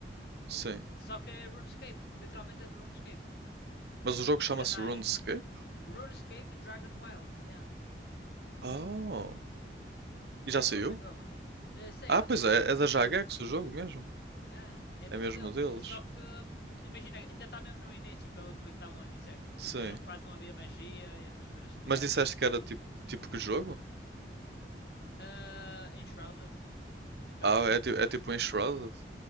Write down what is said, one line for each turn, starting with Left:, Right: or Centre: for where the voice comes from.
Right: Sim.
Left: Só que é RuneScape. Literalmente é do RuneScape.
Right: Mas o jogo chama-se
Left: Ainda está
Right: RuneScape?
Left: em RuneScape Dragon Wilds. Yeah.
Right: Oh. E já
Left: É
Right: saiu?
Left: novo, é novo. É, é, sei
Right: Ah,
Left: eu,
Right: pois
Left: sei
Right: é,
Left: eu.
Right: é da Jagex o jogo mesmo.
Left: É, é, é
Right: É
Left: mesmo
Right: mesmo
Left: deles.
Right: deles.
Left: Só que, hum, imagina, ainda está mesmo no início, pelo que estavam a dizer. Tipo,
Right: Sim.
Left: ainda não- quase não havia magia e essas coisas todas.
Right: Mas disseste que era tipo, tipo que jogo?
Left: Ah, Enshrouded, que também
Right: Ah, é, ti-
Left: não
Right: é
Left: deves.
Right: tipo o Enshrouded?